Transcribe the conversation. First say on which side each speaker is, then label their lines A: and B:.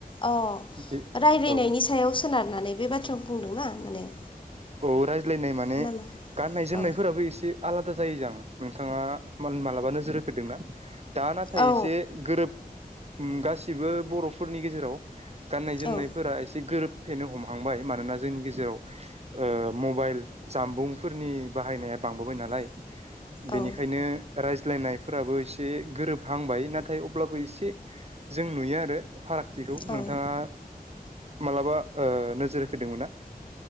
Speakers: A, on the left (about 30°); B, on the right (about 40°).
A: अ
B: बे
A: रायलायनायनि
B: औ
A: सायाव सोनारनानै बे बाथ्राखौ बुंदों ना माने?
B: औ रायज्लायनाय माने
A: नामा
B: गाननाय-जोमनायफोराबो
A: औ
B: एसे। आलादा जायो जां‌ नोंथाङा मोन मालाबा नोजोर होफेरदोंना? दा नाथाय
A: औ
B: एसे गोरोब ओम गासिबो बर'फोरनि गेजेराव। गाननाय-जोमनायफोरा
A: औ
B: एसे गोरोबफेनो हमहांबाय मानोना जोंनि गेजेराव। ओ मबाइल जामबुंफोरनि बाहायनाया बांबोबाय नालाय। बेनिखायनो
A: औ
B: रायज। ज्लायनायफोराबो एसे गोरोबहांबाय नाथाय अब्लाबो एसे जों नुयो आरो। फारागथिखौ
A: औ
B: नोंथाङा मालाबा ओ नोजोर होफेरदोंमोन ना?